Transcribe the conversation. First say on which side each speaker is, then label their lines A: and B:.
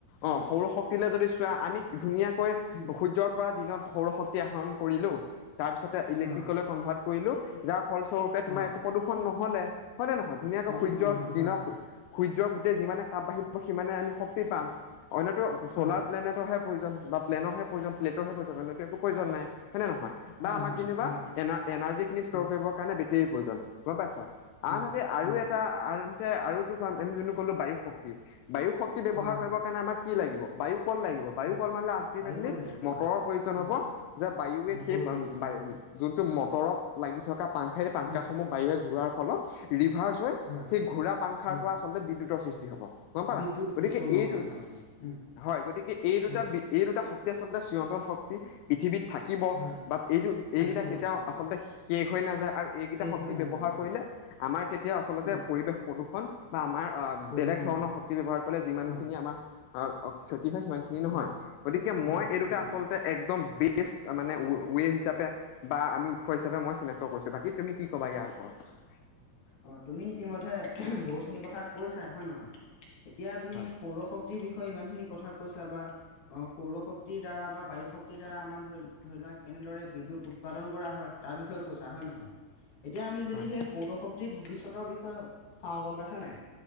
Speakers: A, on the left; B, on the left.
A: অ
B: উম।
A: সৌৰ শক্তিলে যদি চোৱা আমি ধুনীয়াকৈ
B: উম।
A: সূৰ্যৰ পৰা দিনত সৌৰ শক্তি আহৰণ কৰিলো তাৰপিছতে ইলেক্ট্ৰিকলৈ
B: অ।
A: কনভাৰ্ট কৰিলো যাৰ ফলস্বৰুপে তোমাৰ
B: অ।
A: একো প্ৰদূষণ নহলে হয়নেে নহয় ধুনীয়াকে
B: প্ৰদূষণ
A: সূৰ্যৰ
B: নহয়। হয়
A: দিনক
B: হয়।
A: সূৰ্যৰ গোটেই যিমানে তটাপ বাঢ়িব সিমানে আমি শক্তি পাম অন্যতো ছ'লাৰ
B: অ।
A: প্লেনেটৰহে প্ৰয়োজন বা প্লেনৰহে প্ৰয়োজন্লেটৰহে প্ৰয়জননেতো একো প্ৰয়োজন নাই হয়েনে নহয় বা
B: হয়
A: আমাক
B: হয়।
A: যেনিবা
B: হয় হয়।
A: এ এনাৰ্জি খিনি ষ্ট'ৰ
B: উম।
A: কৰিবৰ কাৰণে বেটেৰীৰ প্ৰয়োজন গম পাইছা আনহাতে
B: অ।
A: আৰু
B: অ।
A: এটা আনহাতে আৰু আমি যোনটো কলো বায়ু শক্তি বায়ু শক্তি বেচি ব্যৱহাৰ
B: হয় হয়।
A: কৰিবৰ কাৰণে আমাক কি লাগিব বায়ু কল লাগিব বায়ু
B: হয়।
A: কল মানে আল্টিমেটলি-
B: বায়ু কল লাগিব।
A: মটৰৰ
B: হয় হয়।
A: প্ৰয়োজন
B: উম।
A: হব যে বায়ুৱে
B: মটৰৰ
A: সেই
B: প্ৰয়োজন হ'ব।
A: যোনতটো মটৰত লাগি থকা পাংখা এই পাংখা
B: উম।
A: সমূহ বায়িৰে ঘূৰাৰ ফলত ৰিভাৰ্চ হৈ
B: হয়
A: সেই ঘোঁৰা পাংখাৰ
B: হয়
A: পৰা আচলতে বিদ্যুতৰ সৃষ্টি হ'ব। গম পালা
B: বিদ্যুৎ
A: গতিকে
B: উৎপন্ন
A: এইটো
B: হয় হয় হয় উম
A: হয় গতিকে এই দুটা
B: হয়
A: বি এই দুটা শক্তি আচল্ততে চিয়ন্ত্ৰন শক্তি পৃথিৱীত থাকিব।
B: হয়
A: বা এইটো
B: থাকিব
A: এইকেইটা কেতিয়াও
B: থাকিব
A: আচলতে শেষ হৈ নাযায় আৰু এইকেইটা
B: শেষ
A: শক্তি
B: হৈ নাযায়
A: ব্যৱহাৰ
B: হয়
A: কৰিলে আমাৰ কেতিয়াও আচলতে
B: উম
A: পৰিৱেশ প্ৰদূষণ বা আমাৰ
B: প্ৰদূষণ
A: বেলেগ ধৰণৰ
B: নহয়
A: শক্তি ব্যয়ৱহাৰ কৰিলে যিমানখিনি
B: হয়
A: আমাৰ আহ ক্ষতি হয় সিমানখিনি নহয়,
B: অ
A: গতিকে
B: হয়
A: মই এই দুটা
B: অ
A: আচলতে একদম বেচ মানে উ- ৱে হিচাপে বা আমি উৎস হিচাপে মই চিনাক্ত কৰিছো বাকী তুমি কি ক'বা ইয়াৰ ওপৰত।
B: অঁ তুমি ইতিমধ্যে বহুতখিনি কথা কৈছাই হয় নে নহয়, এতিয়া তুমি
A: হয়
B: সৌৰশক্ত বিষয়ে ইমানখিনি কথা কৈছা বা। অঁ সৌৰ শক্তিৰ দ্বাৰা বা বায়ু শক্তিৰ দ্বাৰা আমাৰ ধৰি ধৰি লোৱাক কেনেদৰে বিদ্যুৎ উৎ ৎপাদন কৰা হয় তাৰ বিষয়ে কৈছা হয় নহয়। এতিয়া আমি যদি
A: হয়
B: সেই সৌৰশক্তি ভৱিষ্যতৰ বিষয়ে চাও গম পাইছা নাই।